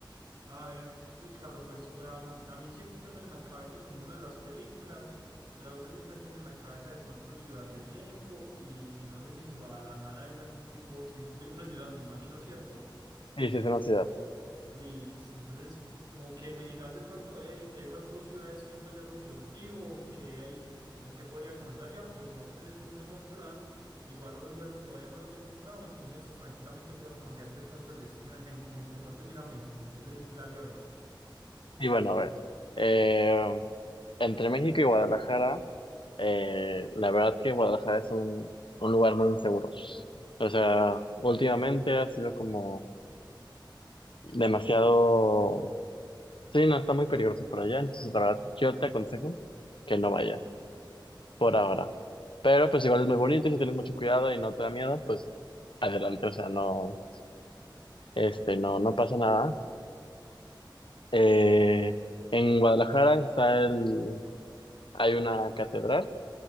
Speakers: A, on the right; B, on the left.
A: A ver, Ricardo, pues, o sea, un- a mí siempre pues en la cabeza y como uno de las películas, o sea, uno siempre tiene en la cabeza de pronto Ciudad de México y no sé si Guadalajara es algún tipo, si es me- una ciudad, me imagino, ¿cierto?
B: Sí, sí, es una ciudad.
A: Listo, entonces, como que me digas de pronto eh, de esas dos ciudades, ¿qué puede ser lo positivo? ¿Qué hay, como que podría conocer allá? O si vos tenés un mejor plan, igual los vuelos todavía no los he comprado, entonces tranquilamente puedo cambiar de pronto el destino de México, lo importante es ir a México, entonces dale a ver.
B: Y bueno, a ver, eh, entre México y Guadalajara, eh, la verdad que Guadalajara es un, un lugar muy inseguro. O sea, últimamente ha sido como demasiado, sí, no, está muy peligroso por allá, entonces la verdad, yo te aconsejo que no vayas. por ahora. Pero pues igual es muy bonito y si tienes mucho cuidado y no te da miedo, pues adelante, o sea, no, este, no, no pasa nada. Eh, en Guadalajara está el, hay una catedral,